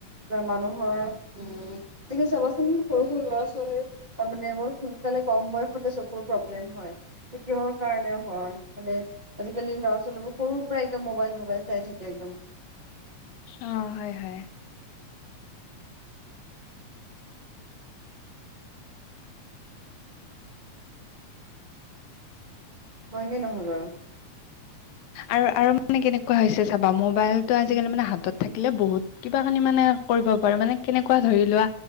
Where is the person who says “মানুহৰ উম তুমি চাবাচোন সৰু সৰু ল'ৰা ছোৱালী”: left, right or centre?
Right